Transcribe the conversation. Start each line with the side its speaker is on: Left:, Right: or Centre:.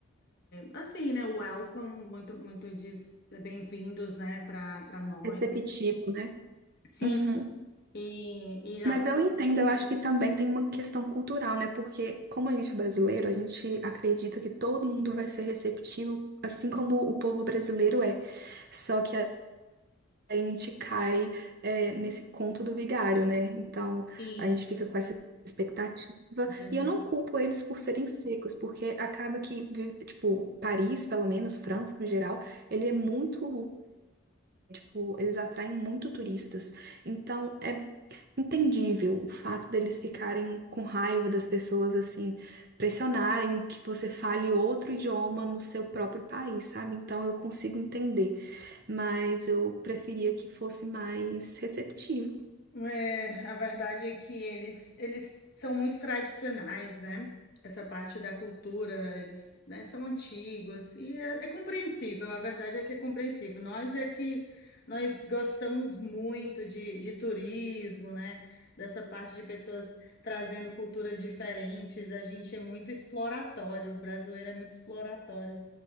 Left: assim, né, welcome, muito, muito de bem-vindos, né, para para nós.
Right: Perceptivo, né?
Left: Sim,
Right: Uhum.
Left: e, e,
Right: Mas
Left: a-
Right: eu entendo, eu acho que também tem uma questão cultural, né? Porque como a gente é brasileiro, a gente acredita que todo mundo vai ser receptivo, assim como o povo brasileiro é. Só que a gente cai, é, nesse conto do vigário, né? Então
Left: sim,
Right: a gente fica com essa expectativa.
Left: verdade.
Right: E eu não culpo eles por serem secos, porque acaba que, vi- tipo, Paris, pelo menos, França no geral, ele é muito tipo, eles atraem muito turistas. Então, é entendível o fato deles ficarem com raiva das pessoas, assim, pressionarem que você fale outro idioma no seu próprio país, sabe? Então, eu consigo entender, mas eu preferia que fosse mais receptivo.
Left: É, a verdade é que eles, eles são muito tradicionais, né? Essa parte da cultura, eles, né, são antigos e é, é compreensível. A verdade é que é compreensível. Nós é que nós gostamos muito de, de turismo, né? Dessa parte de pessoas trazendo culturas diferentes. A gente é muito exploratório. O brasileiro é muito exploratório